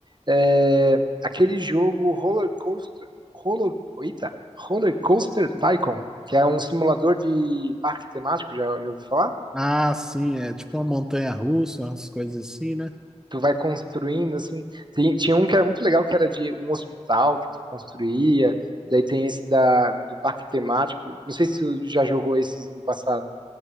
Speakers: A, on the right; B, in the centre.
A: É, aquele jogo Roller Coaster, Roller, eita, Roller Coaster Tycoon, que é um simulador de parque temático, já, já ouviu falar?
B: Ah, sim, é tipo uma montanha russa, umas coisas assim, né?
A: Tu vai construindo assim. tem- tinha um que era muito legal, que era de um hospital que tu construía. Daí tem esse da, do parque temático. Não sei se tu já jogou esse no passado.